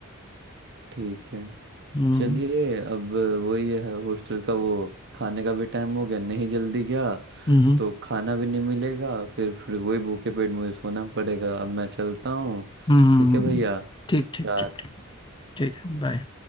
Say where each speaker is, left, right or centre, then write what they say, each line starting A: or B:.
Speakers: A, on the right (about 55°); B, on the left (about 20°).
A: ठीक है
B: हम्म
A: चलिए अब वही है हॉस्टल का वो खाने का भी टाइम हो गया नहीं जल्दी गया
B: हम्म
A: तो खाना भी नहीं मिलेगा फिर फिर वही भूखे पेट मुझे सोना पड़ेगा अब मैं चलता हूँ
B: हम्म हम्म,
A: ठीक है भैया
B: ठीक ठीक
A: यार
B: ठीक ठीक ठीक है बाय